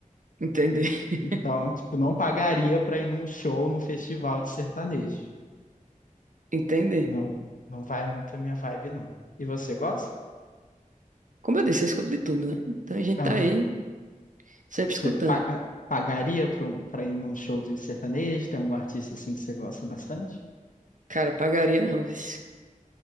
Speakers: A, on the right; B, on the left.
A: Entender. <laughs>
B: Então, tipo, não pagaria pra ir num show, num festival de sertanejo.
A: Entender.
B: Não, não vai muito a minha vibe, não. E você gosta?
A: Como eu disse, eu escuto de tudo, né? Então a gente
B: Aham.
A: tá aí sempre
B: Você
A: escutando.
B: pa- ah, pagaria pra, um- pra ir num show de sertanejo? Tem algum artista assim que você gosta bastante?
A: Cara, pagaria não, vixe.